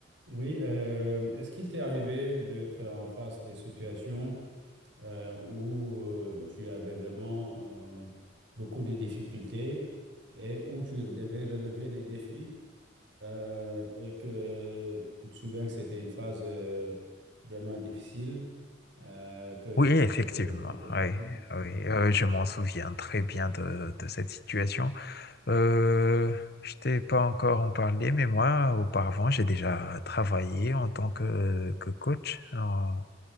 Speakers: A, on the right (about 65°); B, on the left (about 50°).
A: Oui, euh, est-ce qu'il t'est arrivé d'être en face des situations euh, où euh, tu avais vraiment euh, beaucoup de difficultés et où tu devais relever des défis euh, et que tu te souviens que c'était une phase euh, vraiment difficile euh, que,
B: Oui,
A: que
B: effectivement.
A: tu devais confronter?
B: Oui,
A: Mm.
B: oui, euh, je m'en souviens très bien de, de cette situation. Euh, je t'ai pas encore en parlé, mais moi, auparavant, j'ai déjà travaillé en tant que, que coach. En-